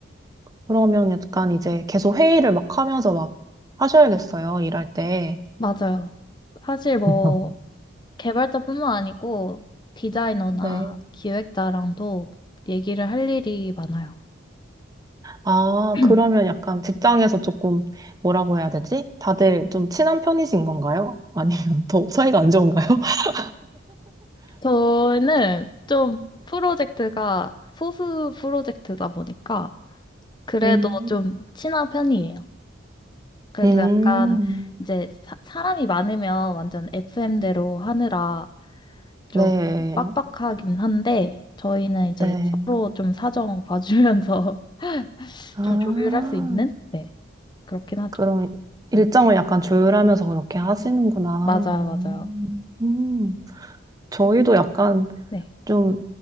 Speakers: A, on the right; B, on the left.
A: 그러면 약간 이제 계속 회의를 막 하면서 막 하셔야겠어요. 일할 때.
B: 맞아요. 사실 뭐
A: <laughs>
B: 개발자뿐만 아니고 디자이너나
A: 네.
B: 기획자랑도 얘기를 할 일이 많아요.
A: 아,
B: <clears throat>
A: 그러면 약간 직장에서 조금 뭐라고 해야 되지? 다들 좀 친한 편이신 건가요? 아니면 더 사이가 안 좋은가요? <laughs>
B: 저는 좀 프로젝트가 소수 프로젝트다 보니까 그래도
A: 음.
B: 좀 친한 편이에요. 그래도
A: 음,
B: 약간 이제 사, 사람이 많으면 완전 FM대로 하느라 좀
A: 네,
B: 빡빡하긴 한데 저희는 이제
A: 네.
B: 서로 좀 사정 봐주면서 <laughs>
A: 아,
B: 좀 조율할 수 있는 네 그렇긴 하죠.
A: 그럼
B: 네
A: 일정을 약간 조율하면서 그렇게 하시는구나.
B: 맞아요
A: 음,
B: 맞아요.
A: 음. 저희도 약간
B: 네.
A: 좀